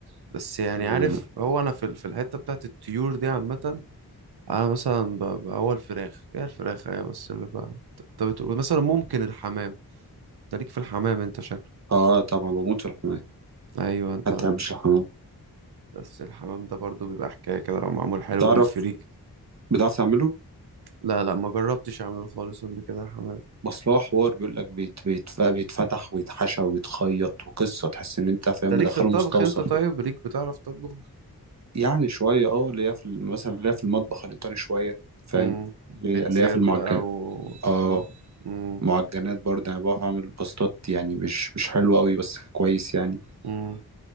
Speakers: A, on the right (about 85°); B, on the right (about 45°).
A: بس يعني
B: مم.
A: عارف هو انا في ال- في الحته بتاعت الطيور دي عامه انا مثلا ب- ب- هو الفراخ هي الفراخ هي بس اللي بقى انت بتقول مثلا ممكن الحمام انت ليك في الحمام انت شكلك
B: اه طبعا بموت في الحمام
A: ايوه انت
B: حد ما بيحبش الحمام
A: بس الحمام ده برضو بيبقى حكايه كده لو معمول حلو
B: بتعرف
A: بالفريك
B: بتعرف تعمله
A: لا لا ما جربتش اعمله خالص قبل كده حمام
B: اصل هو حوار بيقول لك بيت بيتف- بيتفتح ويتحشى ويتخيط وقصه تحس ان انت فاهم
A: انت ليك
B: مدخله
A: في الطبخ
B: مستوصف
A: انت طيب ليك بتعرف تطبخ
B: يعني شويه اه اللي هي في الم- مثلا اللي هي في المطبخ الايطالي شويه فاهم
A: امم
B: اللي هي
A: بتزاد
B: اللي هي في المعجنات
A: بقى والكلام
B: اه
A: امم
B: معجنات برضه يعني بعرف اعمل باستات يعني مش مش حلوه قوي بس كويس يعني
A: امم